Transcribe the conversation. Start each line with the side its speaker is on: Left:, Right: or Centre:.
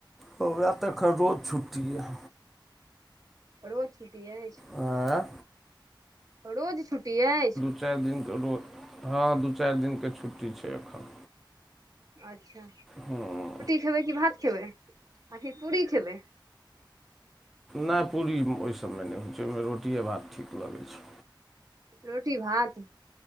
Centre: हमरा तऽ एखन रोज छुट्टी यऽ
Right: रोज छुट्टी अइछ
Centre: आ
Right: रोज छुट्टी अइछ
Centre: चारि दिन के रोज हाॅं दू चारि दिनके छुट्टी छै एखन
Right: अछा
Centre: हाॅं
Right: खेबै कि भात खेबै आकि पूरी खेबै
Centre: नैय पूरी ओहिसभमे नय होइ छै ओहिमे रोटिए भात ठीक लगैत छै
Right: रोटी भात